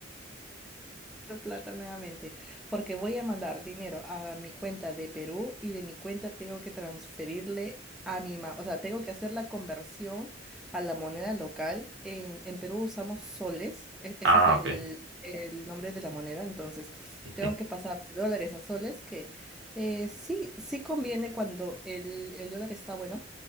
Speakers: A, in the centre; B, on the right.
A: plata nuevamente, porque voy a mandar dinero a mi cuenta de Perú y de mi cuenta tengo que transferirle a mi mamá, o sea, tengo que hacer la conversión a la moneda local. En, en Perú usamos soles, e- ese
B: Ah,
A: es el,
B: ok.
A: el nombre de la moneda, entonces
B: Sí,
A: tengo
B: sí.
A: que pasar de dólares a soles, que eh, sí, sí conviene cuando el, el dólar está bueno.